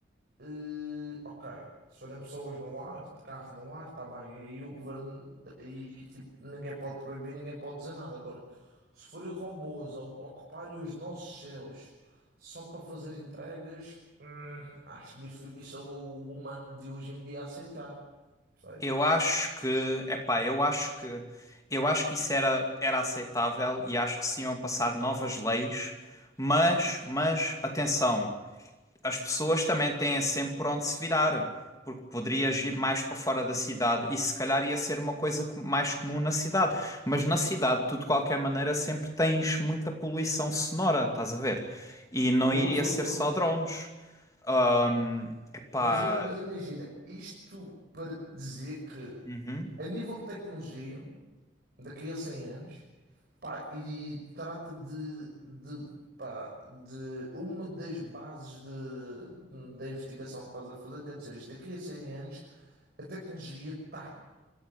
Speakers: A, on the right (about 55°); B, on the left (about 20°).
A: Eh, ok, se forem pessoas no ar, de carro no ar, está bem. E o governo, aí tipo, ninguém pode proibir, ninguém pode dizer nada. Agora, se forem robôs a ocuparem os nossos céus só para fazer entregas, hum, acho difícil o humano de hoje em dia aceitar, percebes?
B: Eu acho que, epá, eu acho que, eu acho que isso era, era aceitável e acho que se iam passar novas leis, mas, mas, atenção, as pessoas também têm sempre por onde se virar, porque poderias ir mais para fora da cidade e se calhar ia ser uma coisa co- mais comum na cidade, mas na cidade tu de qualquer maneira sempre tens muita poluição sonora, estás a ver? E não
A: Estou,
B: iria
A: estou,
B: ser
A: estou,
B: só
A: estou.
B: drones. Ahm, epá,
A: Mas, i- mas imagina, isto para te dizer que,
B: uhum.
A: a nível de tecnologia. daqui a 100 anos, pá, e trata de, de, pá, de uma das bases de, de- da investigação que estás a fazer, tem de ser isto, daqui a 100 anos a tecnologia está